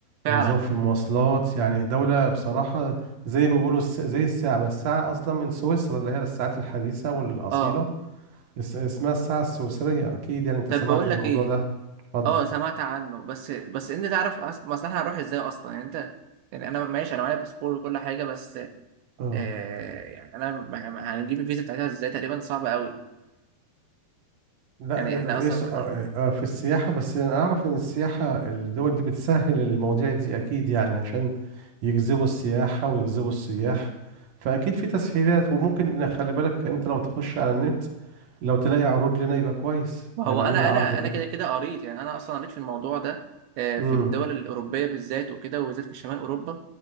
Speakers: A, on the right; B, on the right.
A: فعلا
B: ونظام في المواصلات يعني دولة بصراحة زي ما بيقولوا الس... زي الساعة ما الساعة أصلا من سويسرا اللي هي الساعات الحديثة والأصيلة
A: اه
B: اس... اسمها الساعة السويسرية أكيد يعني أنت
A: طب
B: سمعت
A: بقول
B: عن
A: لك
B: الموضوع
A: ايه
B: ده اتفضل
A: اه سمعت عنه بس بس انت تعرف أص- مثلا احنا هنروح ازاي اصلا يعني انت يعني انا ماشي انا معايا باسبور وكل حاجه بس
B: اه
A: آه يعني انا م- م- هنجيب الفيزا بتاعتها ازاي تقريبا صعبه قوي
B: لا
A: يعني احنا
B: إيه
A: اصلا
B: س- آه، آه، آه، في السياحة بس أنا أعرف إن السياحة الدول دي بتسهل المواضيع دي أكيد يعني عشان يجذبوا السياحة ويجذبوا السياح فأكيد في تسهيلات وممكن خلي بالك أنت لو تخش على النت لو تلاقي عروض لنا يبقى كويس
A: ما
B: يعني
A: هو انا
B: عاملين عرض
A: انا
B: كده
A: انا كده كده قريت يعني انا اصلا قريت في الموضوع ده آه،
B: امم
A: في الدول الاوروبيه بالذات وكده وبالذات في شمال اوروبا